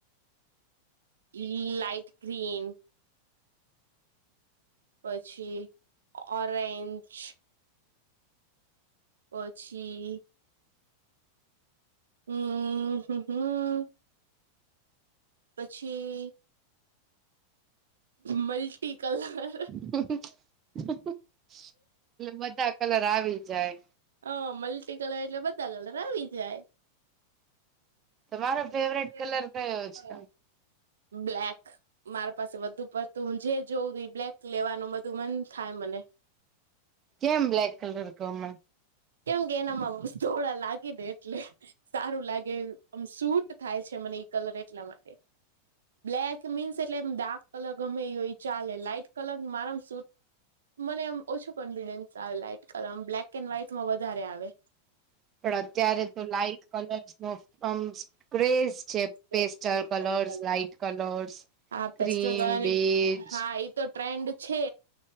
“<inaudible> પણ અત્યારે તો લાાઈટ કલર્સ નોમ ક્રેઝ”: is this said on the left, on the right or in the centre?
Right